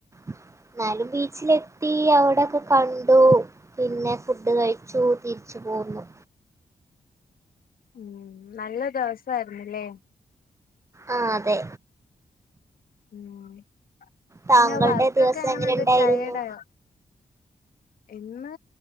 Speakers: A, on the right; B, on the left.
A: എന്നാലും ബീച്ചിലെത്തി അവിടൊക്കെ കണ്ടു പിന്നെ ഫുഡ് കഴിച്ചൂ തിരിച്ചു പോന്നു
B: ഉം നല്ല ദെവസായിരുന്നിലേ
A: ആഹ് അതെ
B: ഉം
A: താങ്കൾടെ
B: പിന്നെ വർക്കൊക്കെ
A: ദിവസം
B: എങ്ങനെണ്ട്
A: എങ്ങനെ ഇണ്ടായിരുന്നു
B: ടയേർഡ് ആയോ ഇന്ന്